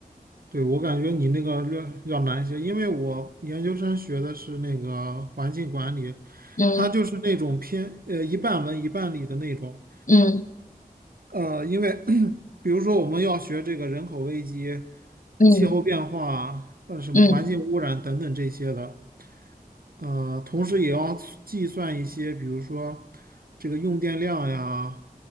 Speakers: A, on the right (about 70°); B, on the left (about 55°).
A: 对，我感觉你那个略要难一些，因为我研究生学的是那个环境管理，
B: 嗯
A: 它就是那种偏呃一半文一半理的那种。
B: 嗯
A: 呃，因为 <clears throat> 比如说我们要学这个人口危机、
B: 嗯
A: 气候变化、呃什么环境污染等等这些的。
B: 嗯
A: 呃，同时也要计算一些，比如说这个用电量呀，